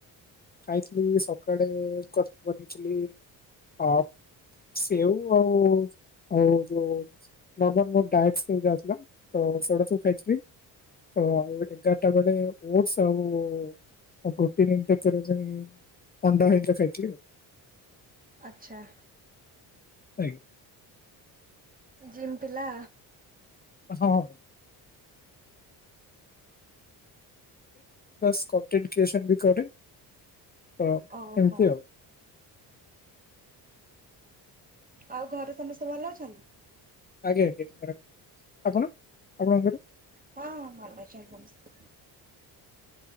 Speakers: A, on the left; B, on the right.
A: ଖାଇଥିଲ ସକାଳେ କଟ୍ ବନେଇଥିଲି ଅ ସେଉ ଆଉ ଆଉ ଯୋଉ ନର୍ମାଲ ମୋ ଡାଏଟ ସ୍କିମ ଚାଲିଥିଲା ତ ସେଗୁଡା ସବୁ ଖାଇଥିଲି। ତ ଆଉ ଏଗାଟ ବେଳେ ଓଟସ୍ ଆଉ ମୋ ପ୍ରୋଟିନ୍ ଇନ୍ଟେକ୍। କରିବା ପାଇଁ ଅଣ୍ଡା ହେଇଥିଲା ଖାଇଥିଲି।
B: ଆଚ୍ଛା
A: ଆଜ୍ଞା
B: ଜିମ୍ ପିଲା
A: ହଁ ବାସ କଣ୍ଟେଣ୍ଟ କ୍ରିଏସନ ବି କରେ ଏମିତି
B: ଓହୋ
A: ଆଉ
B: ଆଉ ଘରେ ସମସ୍ତେ ଭଲ ଅଛନ୍ତି?
A: ଆଜ୍ଞା ଆଜ୍ଞା ଆପଣ ଆପଣଙ୍କ ଘରେ?
B: ହଁ ହଁ ଭଲ ଅଛନ୍ତି ସମସ୍ତେ।